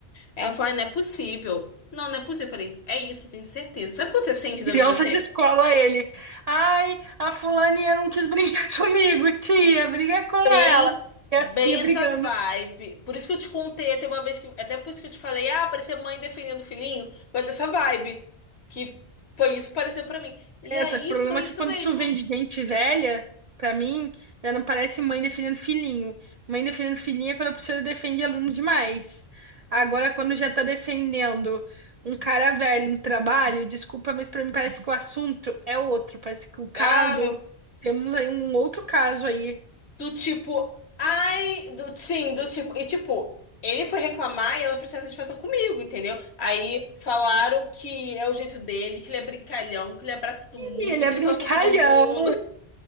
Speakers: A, on the left; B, on the right.
A: Ela falou, "Ai, não é possível. Não, não é possível. Eu falei, é isso, eu tenho certeza. Sabe o que você sente
B: Criança
A: dentro de você?
B: de escola, ele. Ai, a fulaninha não quis brigar <laughs> comigo, tia, briga com
A: Bem,
B: ela. E
A: bem
B: as tia brigando.
A: essa vibe. Por isso que eu te contei até uma vez que. Até por isso que eu te falei, ah, parecia mãe defendendo o filhinho. Foi dessa vibe. Que foi isso que pareceu pra mim. E
B: É,
A: aí
B: só que o problema
A: foi
B: é
A: isso
B: que quando
A: mesmo.
B: isso vem de gente velha, pra mim, já não parece mãe defendendo filhinho. Mãe defendendo filhinha é quando a professora defende aluno demais. Agora, quando já tá defendendo um cara velho no trabalho, desculpa, mas pra mim parece que o assunto é outro. Parece que o caso.
A: Ah, meu
B: Temos aí um outro caso aí
A: Do tipo, ai, do, sim, do tipo, e tipo, ele foi reclamar e ela ofereceu essa satisfação comigo, entendeu? Aí falaram que é o jeito dele, que ele é brincalhão, que ele abraça todo mundo,
B: E ele é
A: que
B: brincalhão.
A: ele fala com todo mundo.